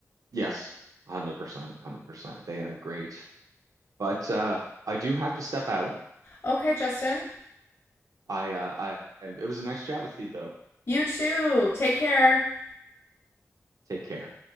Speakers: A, on the right; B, on the left.
A: Yes, one hundred percent, one hundred percent. They are great, but uh, I do have to step out.
B: Okay, Justin.
A: I uh I it was a nice chat with you though.
B: You too. Take care.
A: Take care.